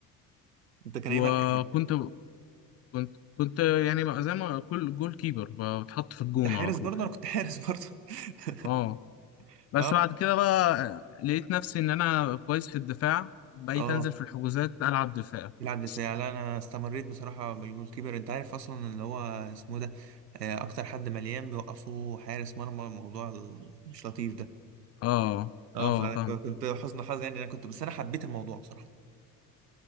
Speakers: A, on the right; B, on the left.
A: انت كان
B: وكنت
A: ايه مركزك؟
B: كنت كنت يعني بقى زي ما كل جول كيبر ب- بتحط في الجون
A: انت حارس
B: على طول
A: برضه انا كنت حارس برضه
B: اه
A: <laughs>
B: بس
A: اه بس-
B: بعد كده بقى لقيت نفسي ان انا كويس في الدفاع بقيت
A: اه
B: انزل في الحجوزات العب دفاع
A: بيلعب دفاع
B: بس-
A: لا انا استمريت بصراحة بالجول كيبر انت عارف اصلا اللي هو اسمه ده آه، اكتر حد مليان بيوقفوه حارس مرمى الموضوع ال- مش لطيف ده
B: اه
A: اه
B: اه
A: فانا
B: فاهم
A: كنت حزن حظ يعني انا كنت بس انا حبيت الموضوع بصراحة